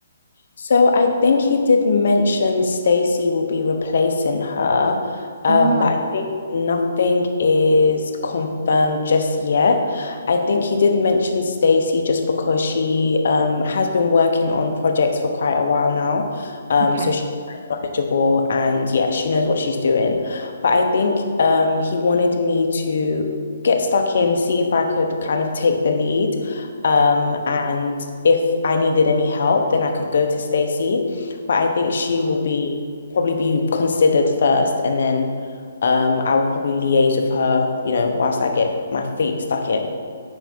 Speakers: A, on the left; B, on the right.
A: So I think he did mention Stacy will be replacing her, um,
B: Oh,
A: but I think nothing is confirmed just yet. I think he did mention Stacy just because she um, has been working on projects for quite a while now, um,
B: okay.
A: so she's quite knowledgeable and yeah, she knows what she's doing. But I think um, he wanted me to get stuck in, see if I could kind of take the lead. Um, and if I needed any help, then I could go to Stacey. But I think she
B: Oh.
A: will be probably be considered first, and then um, I will probably liaise with her, you know, whilst I get my feet stuck in.